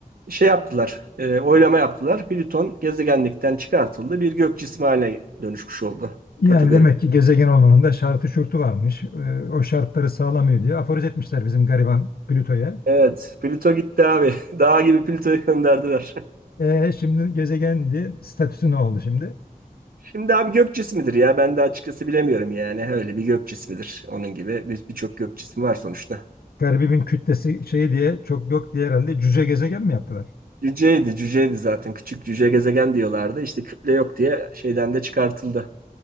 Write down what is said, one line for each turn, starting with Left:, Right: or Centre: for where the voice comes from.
Right: şey yaptılar, e, oylama yaptılar. Plüton gezegenlikten çıkartıldı. Bir gök cismi haline dönüşmüş oldu
Left: Yani
Right: kategori.
Left: demek ki gezegen olmanın da şartı şurtu varmış. Ee, o şartları sağlamıyor diye aforoz etmişler bizim gariban Plüto'ya.
Right: Evet, Plüto gitti abi. <laughs> Dağ gibi Plüto'yu gönderdiler.
Left: Ee, şimdi gezegendi. Statüsü ne oldu şimdi?
Right: <laughs> Şimdi abi gök cismidir ya. Ben de açıkçası bilemiyorum yani. Öyle bir gök cismidir. Onun gibi bir- birçok gök cismi var sonuçta.
Left: Garibimin kütlesi şey diye çok yok diye herhalde cüce gezegen mi yaptılar?
Right: Cüceydi, cüceydi zaten. Küçük cüce gezegen diyorlardı. İşte küple yok diye şeyden de çıkartıldı.